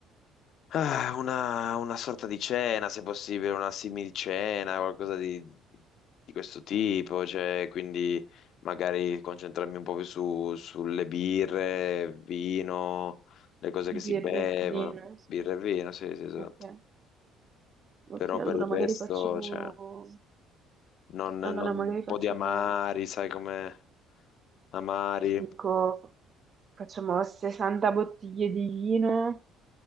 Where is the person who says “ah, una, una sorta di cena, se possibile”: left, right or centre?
Left